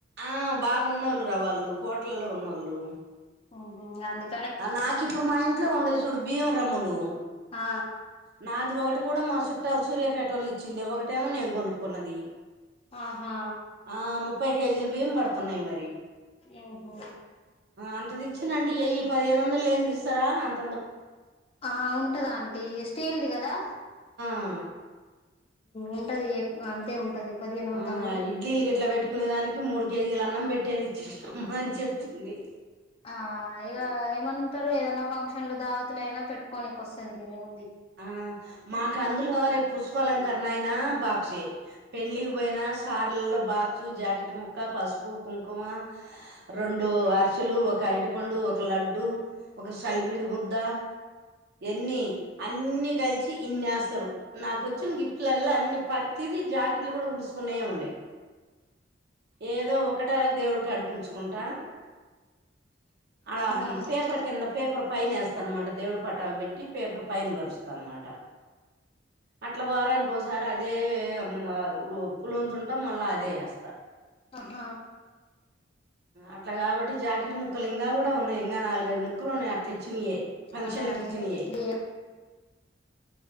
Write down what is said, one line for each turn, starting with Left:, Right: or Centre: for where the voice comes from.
Right: ఆ బాగున్నోళ్ళు రా వాళ్ళు కోట్లల్లో ఉన్నోళ్ళు
Left: అవునా గందుక్
Right: ఆ నాకిప్పుడు ఇంట్లో ఉండయి చూడు బియ్యం రమ్ములు
Left: ఆ
Right: నాది ఒకటి కూడా మా చుట్టాలు సూర్యాపేటోళ్ళు ఇచ్చింది ఒకటేమో నేను కొనుక్కున్నది
Left: ఆహా
Right: ఆ ముప్పై కేజీలు బియ్యం పడుతున్నయి మరి
Left: ఊహు
Right: అంత ఇచ్చినండి ఏయ్యి పదిహేను వందలు లేని ఇస్తారా అంత
Left: ఆ ఉంటది అంటీ స్టీల్ది కదా
Right: ఆ
Left: ఉంటది అంతే ఉంటది పదిహేను వందలు
Right: ఆ ఇడ్లీలు గ ఇట్లా పెట్టుకునే దానికి మూడు కేజీల అన్నం పెట్టేది ఇచ్చినమ్మ అని చెప్తుంది
Left: ఆ ఇక ఏమంటారు ఏదైనా ఫంక్షన్లు దావతలు అయినా పెట్టుకోనేనికి వస్తది లేముంది
Right: ఆ మాకు అందు రేపు పుష్పలంకరణ అయినా బాక్ష పెళ్లిళ్లకు పోయినా సార్లల్లో బా జాకెట్ ముక్క పస్ పు కుంకుమ రెండు అరిచలు ఒక అరటి పండు ఒక లడ్డు ఒక విడి ముద్ద ఎన్ని అన్నీ కలిసి ఇన్నేస్తారు నాక వచ్చిన గిఫ్ట్లన్నలో అన్ని ప ఇది జాకెట్లు కూడా గుడుసుకున్నాయో ఉండయి ఏదో ఒకటార దేవుడికి ఉంచుకుంటా అడ
Left: ఆ
Right: పేపర్ కింద పేపర్ పైన వేస్తా అనమాట దేవుడి పటాలు పెట్టి పేపర్ పైన పరుస్తానమాట అట్లా బారానికి ఒకసారి అదేమ్మ పులుతుంటాం మళ్ళా అదే ఏస్తా
Left: ఆ
Right: అట్లా కాబట్టి జాకెట్ ముక్కలు ఇంకా కూడా ఉన్నాయి ఇంకా నాలుగైదు ముక్కలు ఉన్నాయి అట్లా ఇచ్చినవియే ఫంక్షన్లకి
Left: అదే అదే
Right: ఇచ్చినయే
Left: నెక్స్ట్ డే